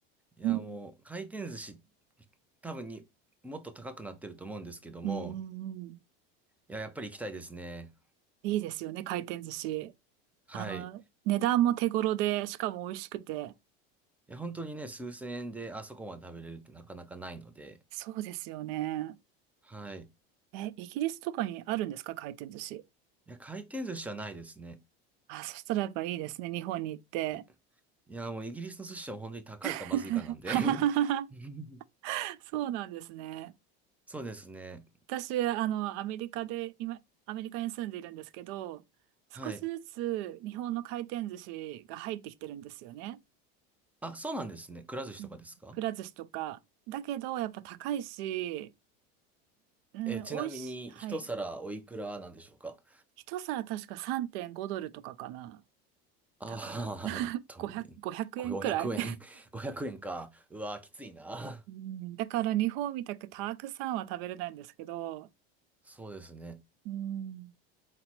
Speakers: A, in the centre; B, on the right.
A: や、
B: うん。
A: もう、回転寿司、多分に、もっと高くなってると思うんですけども、
B: うんうんうん。
A: いや、やっぱり行きたいですね。
B: いいですよね、回転寿司。
A: はい。
B: あの、
A: い
B: 値段も手頃で、しかも美味しくて。
A: や、本当にね、数千円であそこまで食べれるってなかなかないので、
B: そうですよね。
A: はい。い
B: え、イギリスとかにあるんですか回転寿司。
A: や、回転寿司はないですね。
B: あ、そしたらやっぱいいですね、日本に行って。
A: い、いや、もうイギリスの寿司は本当に高いかまずいかなんで。
B: <laughs>
A: <laughs>
B: そうなんですね。
A: そうですね。
B: 私、あの、アメリカで、今、アメリカに住んでいるんですけど、
A: はい。
B: 少しずつ日本の回転寿司が入ってきてるんですよね。
A: あ、そうなんですね。くら寿司とかですか
B: うんくら寿司とか。だけど、やっぱ高いし、うん、
A: えーちなみに、
B: 美味しい。はい。
A: 一皿おいくらなんでしょうか
B: 一皿確か3.5ドルとかかな。
A: ああー、
B: だから、<laughs>
A: <laughs> えっとね、
B: 500、5円くえんくらい
A: 500円。<laughs> 500円か。うわー、きついな。
B: うんだから日本みたくたくさんは食べれないんですけど、
A: そうですね。
B: うん